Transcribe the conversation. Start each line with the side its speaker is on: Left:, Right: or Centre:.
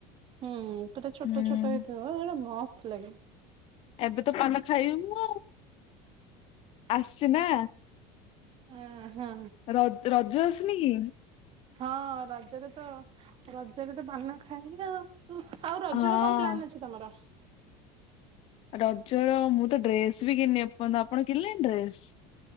Right: ହୁଁ ପୁରା ଛୋଟ
Left: ହୁଁ
Right: ଛୋଟ ହେଇଥିବ ସେଟା ମସ୍ତ ଲାଗେ।
Left: ଏବେ ତ ପାନ ଖାଇବୁନୁ? ଆସଛି ନା?
Right: ଅ ହଁ
Left: ର ରଜ ଆସୁନି କି?
Right: ହଁ ରଜରେ ତ ରଜରେ ପାନା ଖାଇ ଆଉ ଆଉ ରଜ
Left: ହଁ
Right: ର କଣ ପ୍ଲାନ ଅଛି ତମର?
Left: ରଜର ମୁଁ ତ ଡ୍ରେସ ବି କିଣି ଏ ଆପଣ କିଣିଲେଣି ଡ୍ରେସ?